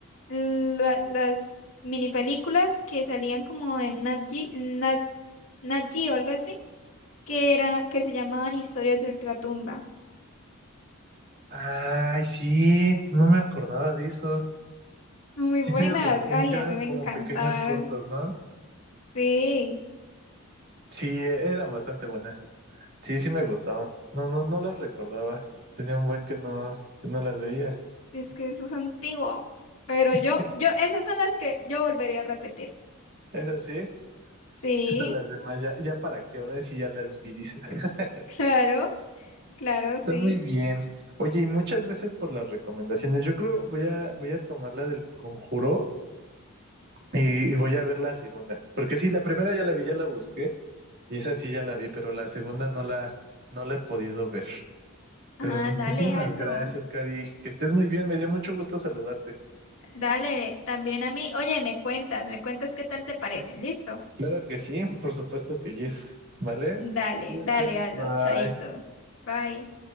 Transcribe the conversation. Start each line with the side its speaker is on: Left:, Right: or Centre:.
Left: la- las mini películas que salían como en Nat Geo, Nat, Nat Geo, algo así, que era, que se llamaban Historias de Ultratumba.
Right: Ay, sí, no me acordaba de eso.
Left: Muy
Right: Sí
Left: buenas.
Right: tienes razón,
Left: Ay,
Right: que eran
Left: a mí me
Right: como
Left: encantaban.
Right: pequeños cortos, ¿no?
Left: Sí,
Right: Sí, eran bastante buenas. Sí, sí me gustaban. No, no, no las recordaba. Tenía un buen que no, que no las veía.
Left: sí, es que eso es antiguo. Pero
Right: <laughs>
Left: yo,
Right: Sí,
Left: yo, esas son las que yo volvería a repetir.
Right: esas sí.
Left: Sí.
Right: Estas las demás, ya, ya para qué hora si ya las vi, dices. <laughs>
Left: Claro, claro,
Right: Está
Left: sí.
Right: muy bien. Oye, y muchas gracias por las recomendaciones. Yo creo voy a, voy a tomar la del conjuro y, y voy a ver la segunda. Porque sí, la primera ya la vi, ya la busqué, y esa sí ya la vi, pero la segunda no la, no la he podido ver. Pero
Left: Ah,
Right: muchísimas
Left: dale, Aldo.
Right: gracias, Cari. Que estés muy bien. Me dio mucho gusto saludarte.
Left: Dale, también a mí. Oye, me cuentas, me cuentas qué tal te parecen. ¿Listo?
Right: Claro que sí, por supuesto que yes. ¿Vale?
Left: Dale,
Right: Cuídate.
Left: dale, Aldo.
Right: Bye.
Left: Chaito. Bye.